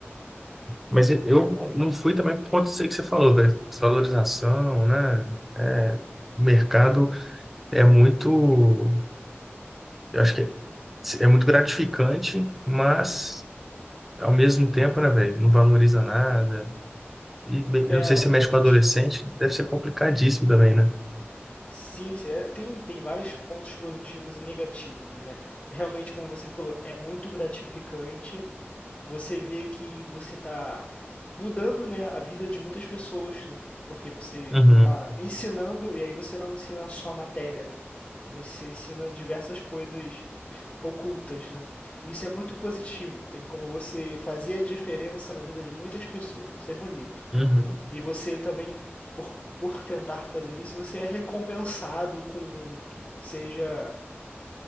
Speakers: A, in the centre; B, on the left.
A: Mas eu eu não fui também por conta disso aí que você falou, velho. Desvalorização, né? É, o mercado é muito, eu acho que é, é muito gratificante, mas ao mesmo tempo, né, velho, não valoriza nada. E bem, eu
B: É,
A: não sei se você mexe
B: a
A: com
B: gente.
A: adolescente, deve ser complicadíssimo também, né?
B: Sim, sim, é, tem, tem vários pontos positivos e negativos, né? Realmente, como você falou, é muito gratificante, você vê que você está mudando, né, a vida de muitas pessoas, né? Porque você
A: Uhum,
B: está ensinando e aí você não ensina só a matéria, né? Você ensina diversas coisas ocultas, né? Isso é muito positivo. Tem como você fazer a diferença na vida de muitas pessoas. Isso é bonito.
A: uhum.
B: E você também, por, por tentar fazer isso, você é recompensado com, seja